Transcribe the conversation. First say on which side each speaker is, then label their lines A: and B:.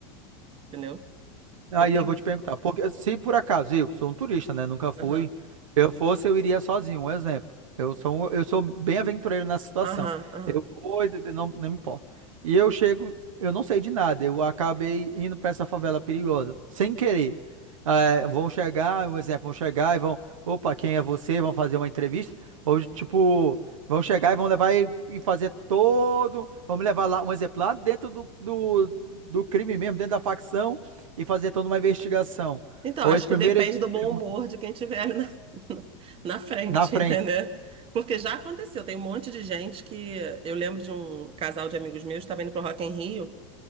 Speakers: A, on the right; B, on the right.
A: entendeu? Então
B: Aí
A: tem.
B: eu vou te perguntar, porque se por acaso eu sou um turista, né, nunca fui,
A: Aham,
B: se eu fosse eu iria sozinho, um exemplo. Eu sou um- eu sou bem aventureiro nessa situação.
A: aham, aham.
B: Eu vou, e de- não, não me importa. E eu chego, eu não sei de nada. Eu acabei indo para essa favela perigosa, sem querer. Eh, vão chegar, um exemplo, vão chegar e vão, opa, quem é você? Vão fazer uma entrevista ou tipo Vão chegar e vão levar e e fazer todo. Vão me levar lá, um exemplo, lá dentro do, do, do crime mesmo, dentro da facção e fazer toda uma investigação.
A: Então,
B: Ou
A: acho
B: eles
A: que
B: primeiro
A: depende
B: eles
A: do bom
B: perguntam
A: humor de quem tiver ali na, <laughs> na frente,
B: na frente.
A: entendeu? Porque já aconteceu, tem um monte de gente que. Eu lembro de um casal de amigos meus que estava indo pro Rock em Rio